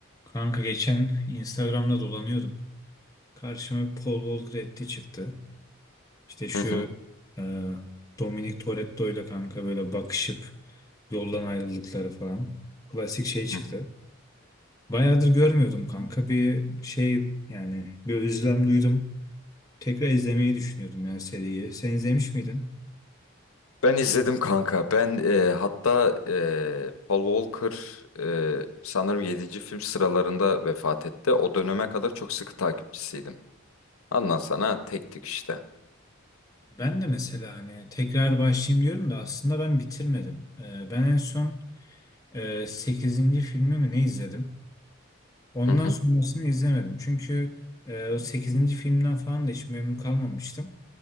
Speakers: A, on the left; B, on the left.
A: Kanka geçen Instagram'da dolanıyordum. Karşıma Paul Walker etti çıktı. İşte şu
B: Hı hı.
A: e, Dominic Toretto ile kanka böyle bakışıp yoldan ayrıldıkları falan. Klasik şey çıktı.
B: hı hı.
A: Bayağıdır görmüyordum kanka. Bir şey yani bir özlem duydum. Tekrar izlemeyi düşünüyordum ya seriyi. Sen izlemiş miydin?
B: Ben izledim kanka. Ben e, hatta e, Paul Walker e, sanırım yedinci film sıralarında vefat etti. O döneme kadar çok sıkı takipçisiydim. Ondan sana tek tek işte.
A: Ben de mesela hani tekrar başlayayım diyorum da aslında ben bitirmedim. E, ben en son e, 8. filmi mi ne izledim? Ondan
B: Hı hı.
A: sonrasını izlemedim. Çünkü e, o sekizinci filmden falan da hiç memnun kalmamıştım.